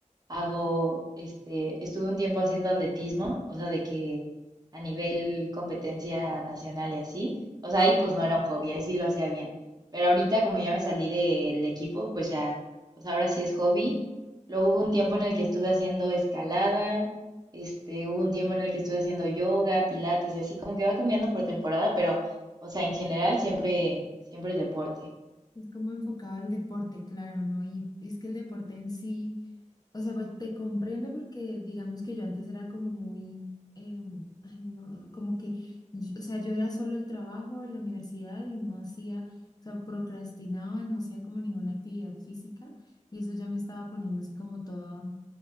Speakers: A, on the right; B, on the left.
A: Hago, este, estuve un tiempo haciendo atletismo, o sea, de que a nivel competencia nacional y así, o sea, ahí pues no era un hobby, ahí sí lo hacía bien, pero ahorita como ya me salí del equipo, pues ya, pues ahora sí es hobby. Luego hubo un tiempo en el que estuve haciendo escalada, este, hubo un tiempo en el que estuve haciendo yoga, pilates y así, como que va cambiando por temporada, pero, o sea, en general siempre, siempre es deporte.
B: Es como enfocado al deporte, claro, ¿no? Y es que el deporte en sí O sea, pues, te comprendo porque digamos que yo antes era como muy, em, ay, no, como que, yo- o sea, yo era solo el trabajo, la universidad y no hacía, o sea, procrastinaba, no hacía como ninguna actividad física y eso ya me estaba poniendo así como toda